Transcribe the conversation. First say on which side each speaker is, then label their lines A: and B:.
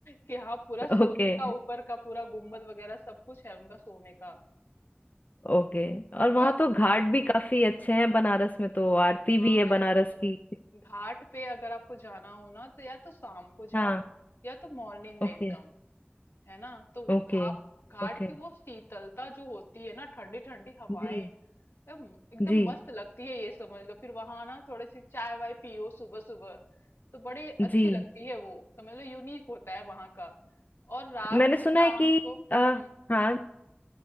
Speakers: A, on the left (about 80°); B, on the left (about 45°).
A: कि हाँ पूरा
B: <laughs>
A: सोने
B: Okay
A: का ऊपर का पूरा गुम्बद वगैरह सब कुछ है उनका सोने का
B: okay और वहां
A: और
B: तो घाट भी काफी अच्छे हैं बनारस में तो आरती
A: हाँ
B: भी है
A: यार
B: बनारस की
A: घाट पे अगर आपको जाना हो ना तो या तो शाम को
B: हाँ
A: जाओ या तो मॉर्निंग में
B: Okay
A: एकदम है ना तो
B: okay
A: घाप घाट
B: okay
A: की वो शीतलता जो होती है ना ठंडी ठंडी हवाएं
B: जी
A: एकदम एकदम
B: जी
A: मस्त लगती है ये समझ लो फिर वहां ना थोड़ी सी चाय वाय पियो सुबह सुबह तो बड़ी अच्छी
B: जी
A: लगती है वो समझ लो यूनिक होता है वहां का और रात
B: मैंने सुना
A: को शाम
B: है कि
A: को
B: आ,
A: हम्म
B: हाँ